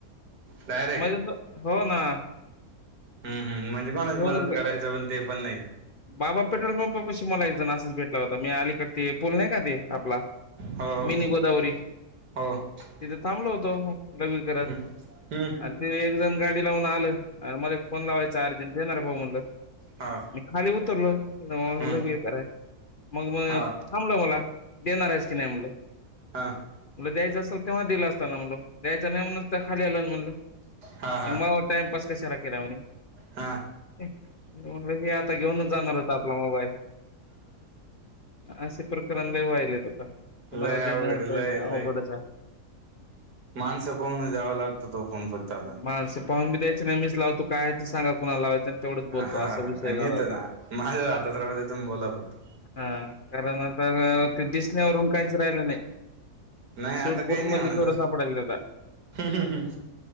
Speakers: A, on the right; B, on the left.
A: डायरेक्ट
B: म्हणजे असं हो ना.
A: हम् हम म्हणजे कोणाची
B: घेऊनच
A: मदत करायच पण. ते पण नाही
B: बाबा पेट्रोल पंपापाशी मला एकजण असाच भेटला होता मी अलीकड ते पूल नाही का आपला
A: हो हो
B: मिनी गोदावरी
A: हो हम्म
B: तिथे थांबलो होतो. लघवी करत
A: हम्म
B: आणि ते एक जण गाडी लावून आलं. मले फोन लावायचा अर्जंट दे ना रे भाऊ म्हणलं.
A: हा
B: मी खाली उतरलो
A: हम्म
B: हे लई बेकार आहे मग
A: हा
B: थांबलं मला देणार आहेस की नाही म्हणलं
A: हा
B: मग द्यायचं असेल तेव्हाच दिलं असता ना म्हणलं. द्यायच नाही म्हणूनच खाली आल म्हणलो
A: हा हा
B: मग टाइमपास कशाला केला म्हणे.
A: हा
B: <unintelligible> मग म्हणलं हे आता घेऊनच जाणार होत आपला मोबाईल. असे प्रकरण लई व्हयल्यात आता कुणाला
A: लय अवघड
B: देणं घेणं
A: लय लय
B: अवघडच आहे.
A: माणसं पाहून द्यावा लागतो तो फोन फक्त आता.
B: माणसं पाहून बी द्यायच नाही मीच लावतो काय ते सांगा कुणाला लावायचं आणि तेवढच बोलतो.
A: हा
B: असा विषय
A: आणि
B: झाला
A: इथंच
B: आता
A: माझ्या हातात राहू दे तुम्ही बोला फक्त.
B: हा कारण आता ते दिसण्यावरून काहीच राहिलं नाही.
A: नाही आता
B: सूटबूट
A: काही नाही
B: मध्ये
A: म्हणा
B: चोर सापडाल्यात आता.
A: तसं